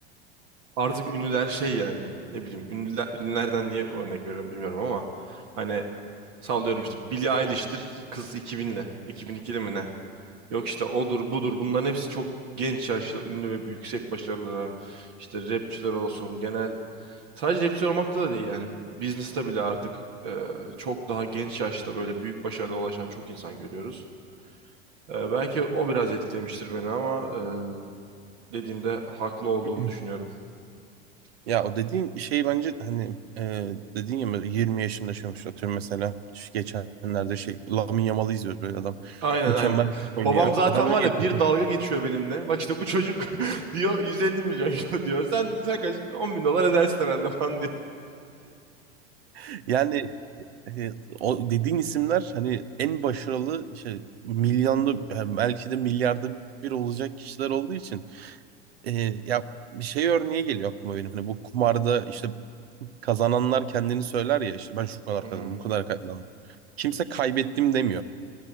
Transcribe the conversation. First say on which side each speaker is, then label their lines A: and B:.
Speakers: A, on the right; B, on the right.
A: artık ünlüler şey yani ne bileyim ünlüler, ünlülerden niye örnek veriyorum bilmiyorum ama hani sallıyorum işte Billie Eilish'tir kız 2000'le 2002'li mi ne? Yok işte odur budur bunların hepsi çok genç yaşta ünlü ve yüksek başarılara işte rapçiler olsun genel sadece rapçiler olmakta da değil yani business'ta bile artık e, çok daha genç yaşta böyle büyük başarılara ulaşan çok insan görüyoruz. E, belki o biraz etkilemiştir beni ama e, dediğinde haklı olduğunu
B: <clears throat>
A: düşünüyorum.
B: Ya o dediğin şey bence hani e, dediğin ya böyle 20 yaşında yaşamış atıyorum mesela şu geçenlerde şey Lamine Yamal'ı izliyoruz böyle adam
A: Aynen
B: mükemmel
A: aynen.
B: oynuyor.
A: Babam zaten
B: Adam on
A: var
B: yedi
A: ya bir dalga geçiyor benimle. Bak işte bu çocuk <laughs> diyor 150 milyon euro diyor. Sen sen kaç 10 bin dolar edersin herhalde <laughs> falan diyor.
B: <laughs> Yani E, o dediğin isimler hani en başarılı işte milyonda yani belki de milyarda bir olacak kişiler olduğu için e, ya bir şey örneği geliyor aklıma benim hani bu kumarda işte kazananlar kendini söyler ya işte ben şu kadar
A: Hı hı.
B: kazandım bu kadar kazandım kimse kaybettim demiyor